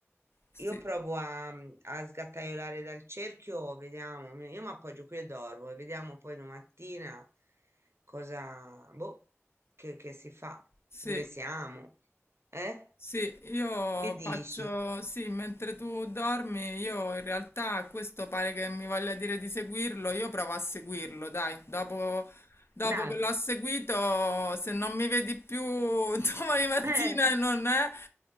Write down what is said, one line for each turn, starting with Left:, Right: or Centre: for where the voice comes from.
Left: Sì,
Right: Io provo a, a sgattaiolare dal cerchio, vediamo, mi- io mi appoggio qui e dormo e vediamo poi domattina cosa, boh, che, che si fa,
Left: sì.
Right: dove siamo, eh?
Left: Sì, io
Right: Che dici?
Left: faccio, sì, mentre tu dormi, io
Right: <laughs>
Left: in realtà questo pare che mi voglia dire di seguirlo, io provo a seguirlo, dai, dopo, dopo
Right: Dai,
Left: che l'ho seguito, se non mi vedi più <laughs> domani mattina
Right: eh,
Left: e non è,